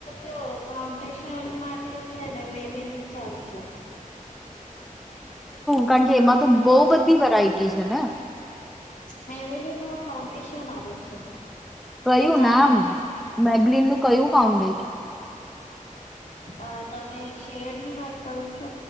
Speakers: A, on the left; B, in the centre.
A: જો ફાઉન્ટેશન માટે છે ને મેબેલી સારુ છે
B: કારણકે એમાં તો બહુ બધી વેરાયટી છે ને
A: મેબેલીનું ફાઉન્ડેશન આવેે છે
B: કયું
A: નાને
B: નામ મેબલીન નું કયું ફાઉન્ડેશન
A: હા તમે શેર ની વાત કરો છો